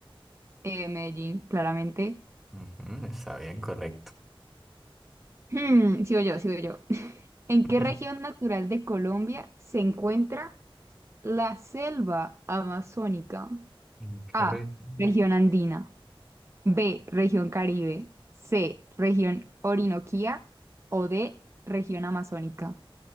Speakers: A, on the right (about 30°); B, in the centre.
A: Eh, Medellín, claramente.
B: Ujú, está bien, correcto.
A: Hmm, sigo yo, sigo yo. ¿En
B: <laughs>
A: qué región natural de Colombia se encuentra la selva amazónica?
B: ¿En qué
A: A.
B: región?
A: Región andina. B. Región Caribe. C. Región Orinoquía. O D. Región amazónica.